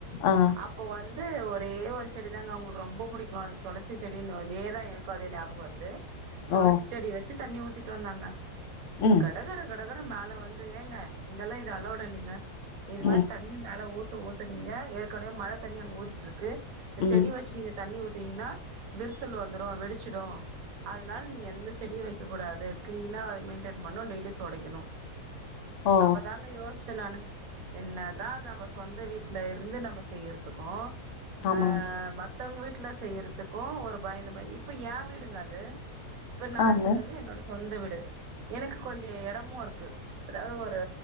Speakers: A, on the left (about 65°); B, on the right (about 65°).
A: ஆ
B: அப்ப வந்து ஒரே ஒரு செடி தாங்க அவங்களுக்கு ரொம்ப பிடிக்கும் அது துளசி செடின்னு அதேதான் எனக்கு அதே ஞாபகம் வருது துளசி
A: ஓ
B: செடி வச்சி தண்ணி ஊத்திட்டு வந்தாங்க
A: ம்
B: கட கட கட கடன்னு மேல வந்து ஏங்க இங்கெல்லாம் இது அலவுடு இல்லிங்க இது
A: ம்
B: மாதிரி தண்ணி மேல ஊத் ஊத்துனங்க ஏற்கனவே மழை தண்ணி அங்க ஊறிட்டு இருக்கு இந்த
A: ம்
B: செடி வச்சி நீங்க தண்ணி ஊத் த்தினிங்கனா விரிசல் வந்துரும் வெடிச்சிடும் அதனால நீங்க எந்த செடியும் வைக்க கூடாது கிளீனா மெயின்டென் பண்ணும் டெய்லி தொக்டைக்கணும்
A: ஓ
B: அப்பதாங்க யோச ச்ச நானு என்னதான் நம்ம சொந்த வீட்டுல இருந்து நம்ம செய்றதுக்கும்
A: ஆமாங்க
B: ஆ மத்தவங்க வீட்டுல செய்யறதுக்கும் ஒரு பயந்து பயந்து இப்ப ஏ வீடுங்க அது இப்ப நான்
A: ஆங்க
B: இருக்கிறது வந்து என்னோட சொந்த விடு எனக்கு கொஞ்சம் இடமும் இருக்கு அதாவது ஒரு